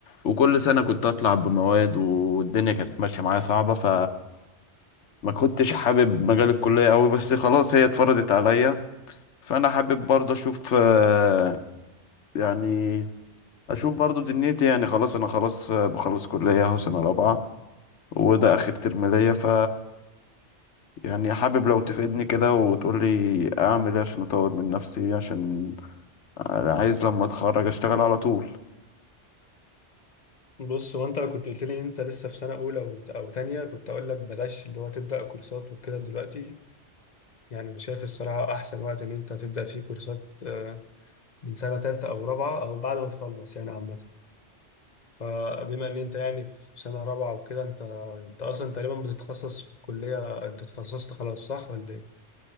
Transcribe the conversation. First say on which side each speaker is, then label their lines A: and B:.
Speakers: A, on the left; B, on the left.
A: وكل سنه كنت اطلع بمواد والدنيا كانت ماشيه معايا صعبه ف ما كنتش حابب مجال الكلية أوي بس خلاص هي اتفرضت عليا فانا حابب برضه اشوف آه، يعني اشوف برضه دنيتي يعني خلاص انا خلاص آه، بخلص كلية اهو سنة رابعة وده اخر ترم ليا ف يعني حابب لو تفيدني كده وتقول لي اعمل ايه عشان اطور من نفسي عشان عايز لما اتخرج اشتغل على طول
B: بص هو انت لو كنت قلت لي انت لسه في سنه اولى او او تانية كنت اقول لك بلاش اللي هو تبدا كورسات وكده دلوقتي يعني انا شايف الصراحه احسن وقت ان انت تبدا فيه كورسات آه، من سنه تالتة او رابعه او بعد ما تخلص يعني عامه فبما ان انت يعني في سنه رابعه وكده انت انت اصلا تقريبا بتتخصص في الكليه انت تخصصت خلاص صح ولا ايه